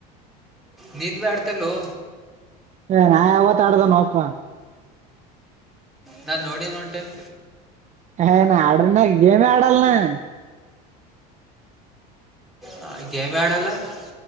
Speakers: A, in the centre; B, on the right (about 35°).
A: ನೀನ್ ಆಡ್ತಲ್ಲೋ
B: ಏ ನಾ ಯಾವತ್ತ ಆಡದ ನೋಕ
A: ನಾನು ನೋಡಿನು ಒನ್ ಟೈಮ್
B: ಹಏನ ಆಡ ನ ಗೇಮ ಆಡಲ್ಲ ನ
A: ಹ ಗೇಮ ಆಡಲ್ಲ ಬ